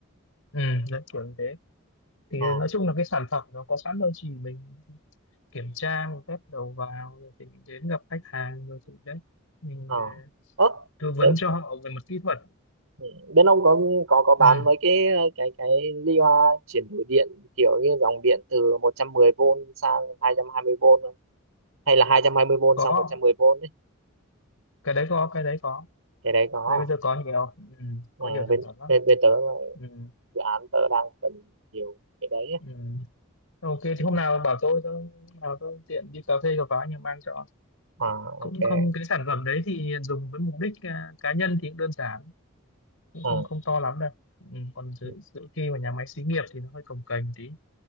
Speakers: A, on the left; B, on the right.
A: ừ, dân kiểu như thế thì nói
B: ờ
A: chung là cái sản phẩm nó có sẵn rồi chỉ mình kiểm tra mình test đầu vào rồi thì mình đến gặp khách hàng rồi thì đấy mình
B: ờ
A: ờ,
B: Ơ,
A: tư vấn
B: thế
A: cho họ về mặt kỹ thuật
B: Ừ, bên ông có có có bán
A: ừ,
B: mấy cái ờ, cái cái ly hoa chuyển đổi điện kiểu như dòng điện từ một trăm mười vôn sang hai hai trăm hai mươi vôn không? Hay là hai hai trăm hai mươi vôn
A: có
B: sang 110V ấy.
A: cái đấy có cái đấy có
B: Cái đấy có
A: cái đấy bây giờ
B: à?
A: có nhiều ừ,
B: ừ,
A: có nhiều sản
B: bên
A: phẩm lắm
B: bên bên tớ là
A: ừ,
B: dự án tớ đang cần nhiều cái đấy á.
A: ừ. Ok thì
B: Ừ.
A: hôm nào bảo tôi tôi hôm nào tôi tiện đi cà phê cà pháo nhưng mang cho
B: à
A: cũng
B: ok
A: không cái sản phẩm đấy thì dùng với mục đích à, cá nhân thì cũng đơn giản cũng
B: ừ.
A: không không to lắm đâu ừ, còn giữ
B: Ừ.
A: giữ khi mà nhà máy xí nghiệp thì nó hơi cồng kềnh tí